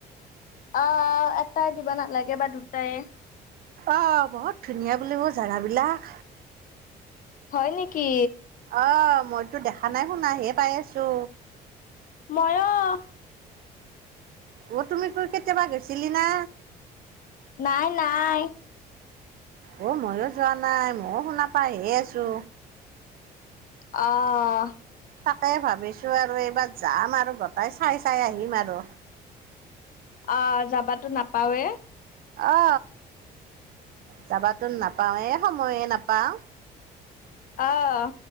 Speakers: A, on the left; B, on the right.
A: আহ এটাই দিব নালাগে বা দুটাই
B: অ বহুত ধুনীয়া বুলিব জাগাবিলাক
A: হয় নেকি
B: অ! মইতো দেখা নাই শুনা হে পাই আছো
A: ময়ও
B: অ তুমি কেতিয়াবা গৈছিলি না?
A: নাই নাই
B: অ ময়ো যোৱা নাই ময়ও শুনা পাইহে আছো
A: অ
B: তাকে ভাবিছো আৰু এইবাৰ যাম আৰু গোটাই চাই চাই আহিম আৰু
A: অ যাবাতো নাপাওৱে
B: অ যাবাতো নাপাওয়ে সময়ে নাপাওঁ।
A: অহ!